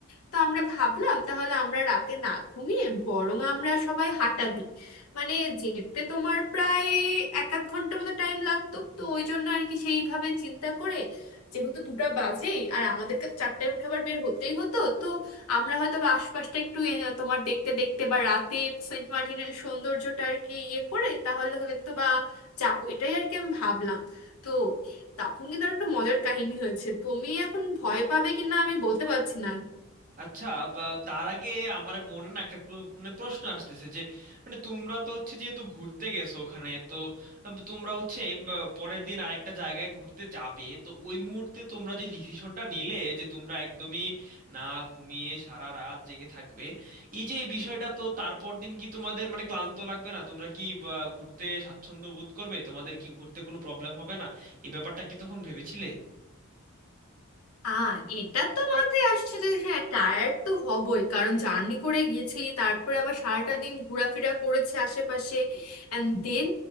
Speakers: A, on the left (about 85°); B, on the right (about 40°).
A: তো আমরা ভাবলাম তাহলে আমরা রাতে না ঘুমিয়ে বরং আমরা সবাই হাঁটা দিই মানে যেতে তোমার প্রায় এক আধ ঘন্টার মতো টাইম লাগতো তো ওই জন্য আর কি সেইভাবে চিন্তা করে যেহেতু দুটা বাজেই আর আমাদেরকে তো চারটায় উঠে আবার বের হতেই হতো তো আমরা হয়তো বা আশপাশটা একটু এ, তোমার দেখতে দেখতে বা রাতে সেন্ট মার্টিনের সৌন্দর্যটা আর কি ইয়ে করে তাহলে হয়তো বা যাবো এটাই আর কি আমি ভাবলাম তো তখন কিন্তু আর একটা মজার কাহিনী হয়েছে তুমি এখন ভয় পাবে কিনা আমি বলতে পারছি না
B: আচ্ছা বা তার আগে আমার মনে না একটা প্র- মানে প্রশ্ন আসতেছে যে মানে তোমরা তো হচ্ছে যেহেতু ঘুরতে গেছো ওখানে তো আম, তোমরা হচ্ছে উম, পরের দিন আরেকটা জায়গায় ঘুরতে যাবে তো ওই মুহূর্তে তোমরা যে ডিসিশনটা নিলে যে তোমরা একদমই না ঘুমিয়ে সারা রাত জেগে থাকবে এই যে এই বিষয়টা তো তারপর দিন কি তোমাদের মানে ক্লান্ত লাগবে না তোমরা কি বা, ঘুরতে স্বাচ্ছন্দ্য বোধ করবে তোমাদের কি ঘুরতে কোনো প্রবলেম হবে না এই ব্যাপারটা কি তখন ভেবেছিলে
A: আ এটা তো মাথায় আসছে যে হ্যাঁ টায়ার্ড তো হবই কারণ জার্নি করে গেছি তারপরে আবার সারাটা দিন ঘোরাফেরা করেছে আশেপাশে অ্যান্ড দেন